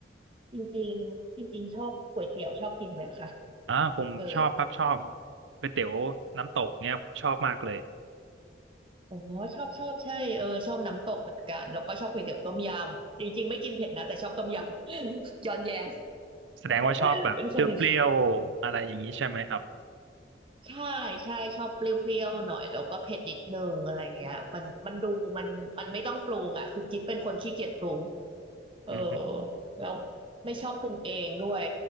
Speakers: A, on the right; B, on the right.
A: จริงๆจริงๆชอบก๋วยเตี๋ยวชอบกินไหมคะ
B: อ่าผมชอบครับชอบ
A: เออ
B: ก๋วยเตี๋ยวน้ำตกเนี่ยผมชอบมากเลย
A: อ๋อชอบชอบใช่เออชอบน้ำตกเหมือนกันแล้วก็ชอบก๋วยเตี๋ยวต้มยำจริงๆไม่กินเผ็ดนะแต่ชอบต้มยำ <laughs> ย้อนแยง
B: แสดงว่าชอบแบบเปรี้ยวๆอะไรอย่างนี้ใช่ไหมครับ
A: <laughs> เป็นคนอีกใช่ใช่ชอบเปรี้ยวๆหน่อยแล้วก็เผ็ดนิดนึงอะไรเงี้ยมันมันดูมันมันไม่ต้องปรุงอ่ะคือกิ๊บเป็นคนขี้เกียจปรุงเออ
B: อืมฮึ
A: แล้วไม่ชอบปรุงเองด้วย